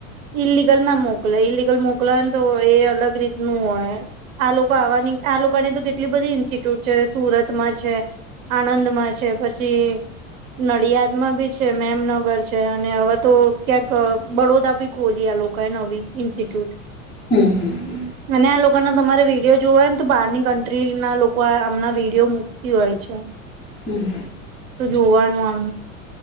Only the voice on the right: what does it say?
ઈલિગલ ના મોકલે ઈલિગલ મોકલ ને તો એ અલગ રીતનું હોય એમ આ લોકો આવાની આ લોક ની તો કેટલી બધી ઇન્સ્ટિટ્યૂટ છે સુરતમાં છે આણંદમાં છે પછી નડિયાદમાં બી છે મેમનગર છે અને હવે તો ક્યાંક બડોદા બી ખોલીયા લોકો એ નવી ઇન્સ્ટિટ્યૂટ
અને આ લોકોના તમારે વિડીયો જોવા હોય ને તો બહારની કન્ટ્રી ના લોકો આમના વિડીયો મૂકતી હોય છે
તો જોવાનું આમ